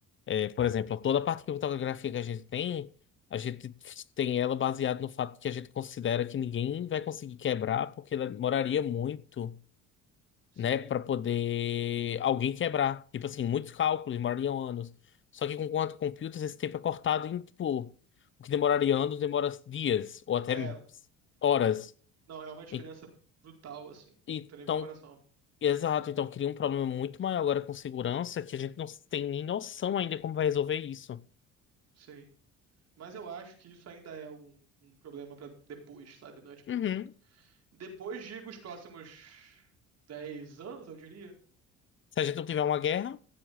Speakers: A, on the left; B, on the right.
A: É, por exemplo, toda a parte de criptografia que a gente tem, a gente tem ela baseada no fato que a gente considera que ninguém vai conseguir quebrar porque ela demoraria muito
B: Sim.
A: né, para poder alguém quebrar. Tipo assim, muitos cálculos demorariam anos. Só que com quanto computers esse tempo é cortado em tipo, o que demoraria anos demora dias ou até
B: É,
A: horas.
B: não, é uma diferença
A: E-
B: brutal, assim.
A: Então,
B: Não tem nem comparação.
A: exato, então cria um problema muito maior agora com segurança que a gente não tem nem noção ainda como vai resolver isso.
B: Sim. Mas eu acho que isso ainda é um, um problema pra depois, sabe? Não é tipo.
A: Uhum.
B: Depois, digo, os próximos 10 anos, eu diria.
A: Se a gente não tiver uma guerra,